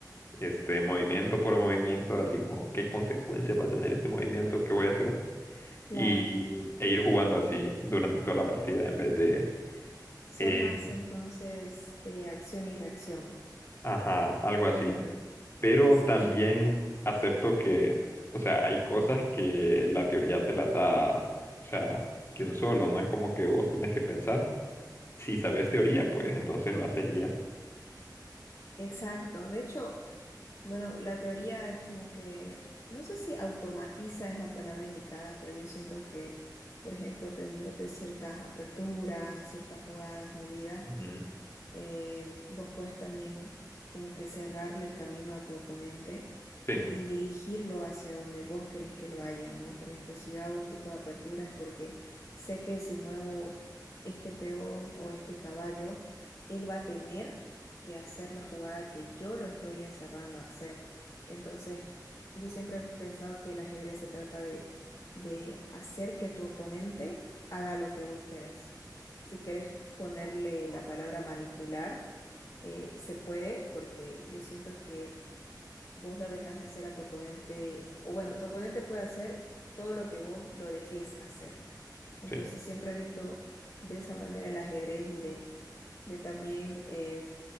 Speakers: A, on the left; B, on the left.
A: este, movimiento por movimiento, así como qué consecuencias va a tener este movimiento, qué voy a hacer.
B: Claro.
A: Y, e ir jugando así durante toda la partida en vez de,
B: Sos
A: eh,
B: más entonces de acción y reacción.
A: ajá, algo así.
B: Ujú.
A: Pero
B: Sí,
A: también acepto que, o sea, hay cosas que la teoría te las da, o sea, de un solo, no es como que vos tenés que pensar. Si sabes teoría, pues entonces lo haces y ya.
B: exacto. De hecho, bueno, la teoría es como que, no sé si automatiza es la palabra indicada, pero yo siento que, por ejemplo, aprendiéndote ciertas aperturas, ciertas jugadas, movidas.
A: Ujú,
B: eh, vos puedes también como que cerrarle el camino a tu oponente
A: Sí,
B: y dirigirlo hacia donde vos querés que él vaya, ¿no? Por ejemplo, si yo hago un tipo de apertura es porque sé que si muevo este peón o este caballo, él va a tener que hacer la jugada que yo lo estoy encerrando a hacer. Entonces, yo siempre he pensado que el ajedrez se trata de, de hacer que tu oponente haga lo que vos querés si quieres ponerle la palabra manipular, eh, se puede porque yo siento que vos lo dejas hacer a tu oponente, o bueno, tu oponente puede hacer todo lo que vos lo dejes hacer. Entonces
A: sí.
B: siempre he visto de esa manera el ajedrez y de, de también eh,